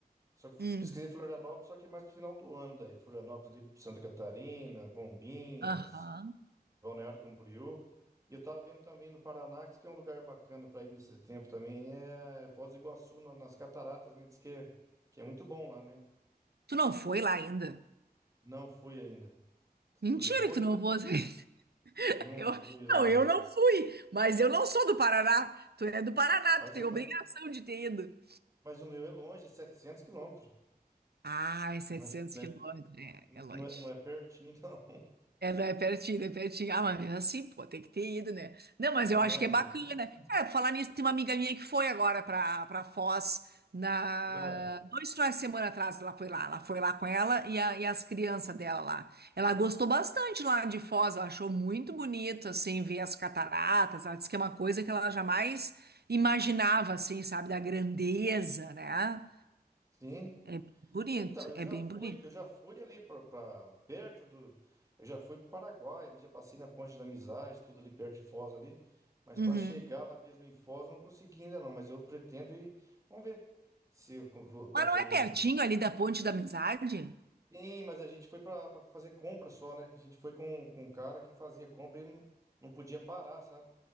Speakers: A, on the right; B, on the right.
A: só que f-
B: Hum.
A: pesquisei Florianópolis, só que mais pro final do ano daí, Florianópolis ali, Santa Catarina, Bombinhas,
B: Aham.
A: Balneário Camboriú. E eu tava vendo também no Paraná, que diz que é um lugar bacana para ir nesse tempo também, é é Foz do Iguaçu, na- nas cataratas, né? Diz que é, que é muito bom lá, né?
B: Tu não foi lá ainda?
A: Não fui ainda.
B: Mentira
A: Tu já foi?
B: que tu não foi. <laughs>
A: Não
B: Eu,
A: fui lá
B: não,
A: ainda.
B: eu não fui, mas eu não sou do Paraná. Tu é do Paraná,
A: Mas,
B: tu tem
A: eu-
B: obrigação de ter ido.
A: mas o meu é longe, é 700 quilômetros.
B: Ah, é 700
A: Não é, não
B: quilômetros,
A: é
B: é,
A: N-
B: é longe.
A: Não é, não é pertinho, não. <laughs>
B: É, não, é pertinho, é pertinho. Ah, mas mesmo assim, pô, tem que ter ido, né? Não, mas eu
A: Ah,
B: acho que
A: mas
B: é bacana.
A: é, bem assim.
B: Cara, pra falar nisso, tem uma amiga minha que foi agora pra, pra Foz na...
A: É,
B: dois finais de semana atrás. Ela foi lá, ela foi lá com ela e, a- e as crianças dela lá. Ela gostou bastante lá de Foz, ela achou muito bonito, assim, ver as cataratas. Ela disse que é uma coisa que ela jamais imaginava, assim, sabe, da grandeza, né?
A: sim.
B: É bonito,
A: Então, eu
B: é
A: já
B: bem
A: fui,
B: bonito.
A: eu já fui ali para perto do, eu já fui para o Paraguai, ali já passei na Ponte da Amizade, tudo ali perto de Foz ali, mas
B: Uhum.
A: para chegar lá mesmo em Foz não consegui ainda não, mas eu pretendo ir. Vamos ver se eu con- vou- dá
B: Mas
A: para
B: não é
A: mim
B: pertinho
A: se-
B: ali da Ponte da Amizade?
A: Sim, mas a gente foi para fazer compra só, né? A gente foi com, com um cara que fazia compra e não, não podia parar, sabe?